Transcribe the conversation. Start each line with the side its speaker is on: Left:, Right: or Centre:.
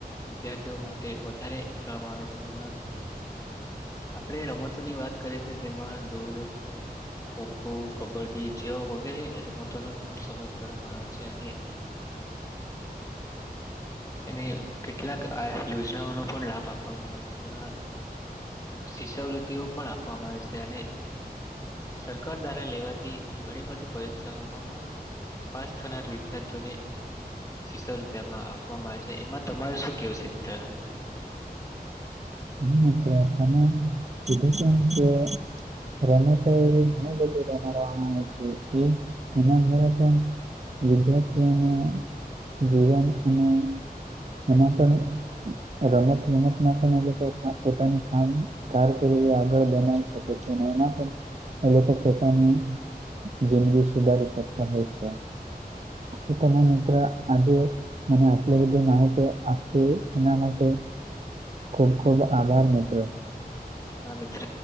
Left: વિદ્યાર્થીઓ માટે વધારે કામ આવે છે, જેમા આપણેે રમતોની વાત કરીએ તો જેમાં દૂળ ખો ખો કબડ્ડી જેવા વગેરે એ રમતો ન પણ સમાસ કરવામાં આવે છે, અને અનેને કેટલાક આ યોજનાઓનો પણ લાભ આપવામાં આવે છે, જેમાં શિષાવૃત્તિઓ પણ આપવામાં આવે છે, અને સરકાર દ્વારા લેવાથી ઘણી બધી પરીક્ષાઓમાં પણ પાસ થનાર વિદ્યાર્થીઓને સીસો રૂપિયામાં આપવામાં આવે છે એમાં તમાર શું કેવું છે, મિત્ર
Right: નકરાારખ જધ ત રમતો એવી ઘણી બધી રમવામાં આવે છે, એનાંદ વિદ્યાર્થીઓનું જીવન અને અને એમાં પણ રમત રમતમાં પણ પોતાની કામ કારકિર્દી આગળ બનાવી શકે છે એમાં પણ એ લોકો પોતાની જિંદગી સુધારી શકતા હોય છે. ચ તના મિત્ર આજે મને આટલી બધી માહિતી આપવી એના માટે ખૂબ ખૂબ આભાર મિત્રો
Left: હ મિત્ર